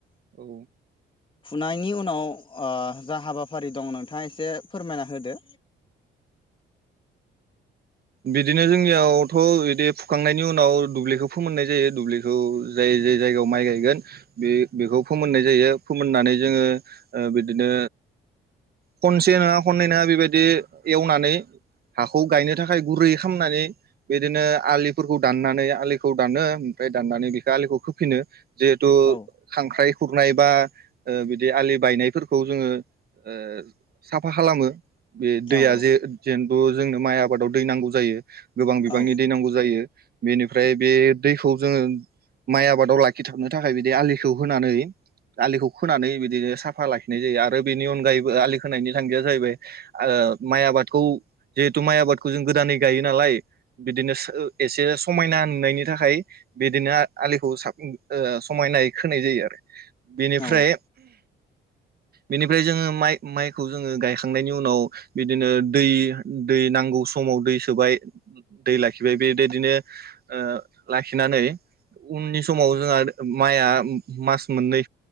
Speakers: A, on the right; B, on the left.
A: औ
B: खांनायनि उनाव ओ जा हाबाफारि दं नोंथाङा एसे फोरमायना होदो,
A: बिदिनो जोंनियावथ' बिदि फुखांनायनि उनाव दुब्लिखौ फोमोननाय जायो दुब्लिखौ जाय जाय जायगायाव माइ गायगोन बे बेखौ फोमोननाय जायो, फोमोननानै जोङो बिदिनो खनसे नङा खननै नङा बेबायदि एवनानै हाखौ गायनो थाखाय, आखाइ गुरै खालामनानै बिदिनो आलिफोरखौ दाननानै आलिखौ दानो ओमफ्राय दाननानै बेखौ आलिखौ खोफिनो, जिहेतु
B: औ
A: खांख्राइ, खुरनाय बा ओ बिदि आलि बायनायफोरखौ जोङो ओ साफा खालामो। बे दैया
B: औ
A: जे जेन। फोजोंनो माइआ। आबादाव दै नांगौ जायो। गोबां बिबांनि
B: औ
A: दै नांगौ जायो बेनिफ्राय बे। दैखौ जोङो माइ आबादाव लाखिथाबनो थाखाय बिदि आलिखौ होनानै आलिखौ खोनानै बिदिनो साफा लाखिनाय जायो आरो बेनि अनगायैबो आलि खोनायनि थांखिया जाहैबाय ओ माइ आबादखौ जिहेथु माइ आबाद। खौ जों गोदानै गायो नालाय। बिदिनो सो एसेस, समायना नुनायनि थाखाय बिदिनो आलिखौ साब ओ समायनायै खोनाय जायो आरो। बेनिफ्राय।
B: औ
A: बेनिफ्राय जोङो माइ माइखौ जोङो गायखांनायनि उनाव बिदिनो दै दै नांगौ समाव दै सोबाय दै लाखिबाय बेबायदिनो ओ लाखिनानै उननि समाव जोंहा। माइआ मास मोननै